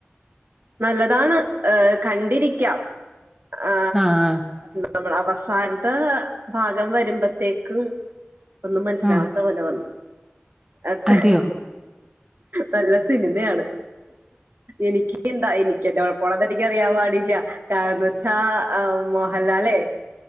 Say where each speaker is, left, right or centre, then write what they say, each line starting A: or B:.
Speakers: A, on the right (about 55°); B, on the right (about 15°).
A: നല്ലതാണ് ഏഹ് കണ്ടിരിക്കാം ആ
B: ആഹ്
A: നമ്മുടെ അവസാനത്ത ഭാഗം വരുമ്പോത്തേക്കും ഒന്നും മനസ്സിലാവാത്ത
B: ആഹ് ആഹ്
A: പോലെ വന്നു അക്കെ
B: അതെയോ
A: നല്ല സിനിമയാണ് എനിക്ക് <unintelligible> എനിക്കറിയാൻ പാടില്ല കാരണം ച്ച <unintelligible> അല്ലാല്ലേ